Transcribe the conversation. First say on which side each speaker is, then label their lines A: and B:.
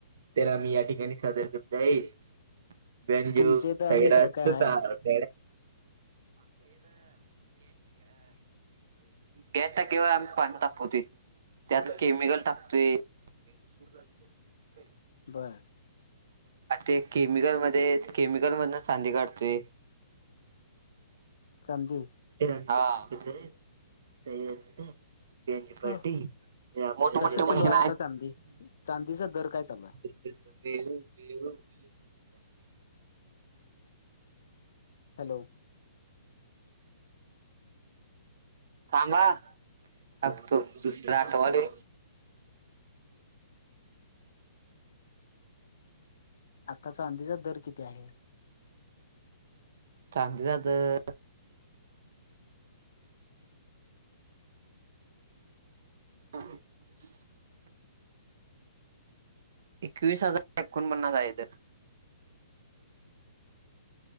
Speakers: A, on the right; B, on the left.
A: तर आम्ही या ठिकाणी सादर करत आहे. ध्यानदेव
B: तुमच्या इथं
A: साईराज
B: आणि काय काय
A: सुतार
B: आहे
A: <unintelligible> गॅस टाकेवर आम्ही पाणी तापवतोय त्यात केमिकल टाकतोय <inaudible>
B: बरं
A: आ ते केमिकलमध्ये केमिकल मधून चांदी काढते
B: चांदी
A: <unintelligible>
B: हा.
A: मोठ मोठे
B: कसं किलो
A: मशीन
B: आहे आता
A: आहेत
B: चांदी चांदीचा दर काय चालू आहे
A: गेहू गेहू
B: हॅलो
A: थांबाग तो दुसर आठवाले
B: आता चांदीचा दर किती आहे
A: जास्तीत जास्त ह <inaudible> एकवीस हजार एकोणपन्नास आहे दर